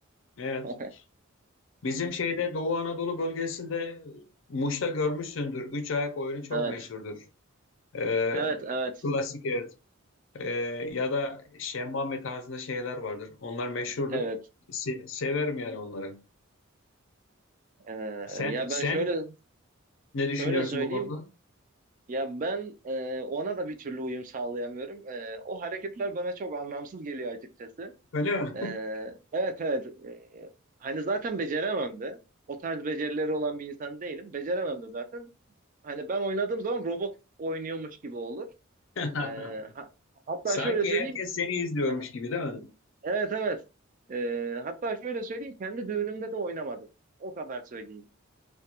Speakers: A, on the left; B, on the right.
A: Evet.
B: <laughs>
A: Bizim şeyde Doğu Anadolu bölgesinde Muş'ta görmüşsündür. Üç ayak oyunu çok
B: Evet,
A: meşhurdur. Ee,
B: evet, evet,
A: klasik evet. Ee, ya da şemmame tarzında şeyler vardır. Onlar meşhurdur.
B: evet.
A: Se- severim yani onları.
B: E,
A: Sen
B: ya ben
A: sen
B: şöyle
A: ne düşünüyorsun
B: şöyle söyleyeyim.
A: bu konuda?
B: Ya ben e, ona da bir türlü uyum sağlayamıyorum. E, o hareketler bana çok anlamsız geliyor açıkçası.
A: Öyle mi?
B: E, evet, evet. E, hani zaten beceremem de. O tarz becerileri olan bir insan değilim. Beceremem de zaten. Hani ben oynadığım zaman robot oynuyormuş gibi olur.
A: <laughs>
B: Ee, ha- hatta
A: Sanki
B: şöyle söyleyeyim.
A: herkes seni izliyormuş
B: Aha,
A: gibi değil mi?
B: Evet evet. Ee, hatta şöyle söyleyeyim. Kendi düğünümde de oynamadım. O kadar söyleyeyim.